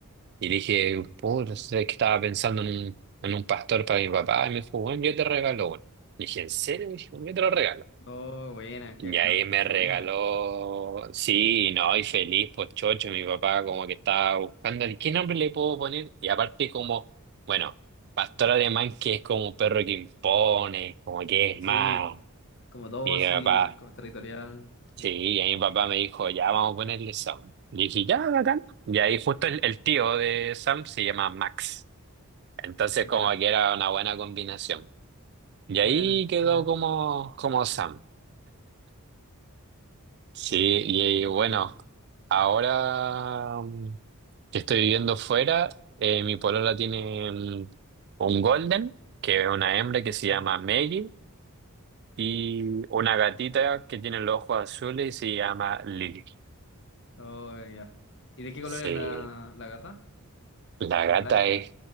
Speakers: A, on the right; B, on the left.
A: Y le dije, puta, es que estaba pensando en un, en un pastor para mi papá. Y me dijo, bueno, yo te regalo uno. Le dije, ¿en serio? Y dijo, yo te lo regalo.
B: No, buena,
A: Y
B: qué bacán,
A: ahí me
B: qué
A: regaló,
B: buena.
A: sí, y no, y feliz, pues chocho, mi papá como que estaba buscando, ¿qué nombre le puedo poner? Y aparte como, bueno, pastor alemán que es como un perro que impone, como que es
B: Sí,
A: más,
B: como dócil,
A: mi papá,
B: como territorial.
A: sí,
B: sí.
A: y ahí mi papá me dijo, ya vamos a ponerle Sam. Y dije, ya, bacán. Y ahí justo el, el tío de Sam se llama Max. Entonces,
B: Ya,
A: como que era una buena combinación. Y ahí
B: buena,
A: quedó
B: buena.
A: como, como Sam. Sí, y
B: Oh, qué
A: bueno,
B: buena.
A: ahora mm, que estoy viviendo fuera, eh, mi polola tiene mm, un golden, que es una hembra
B: oh,
A: que se
B: buena.
A: llama Maggie, y una gatita que tiene los ojos azules y se llama Lily.
B: Oh, ya. ¿Y de qué color
A: Sí,
B: es la, la gata?
A: la
B: Como
A: gata
B: blanca.
A: es,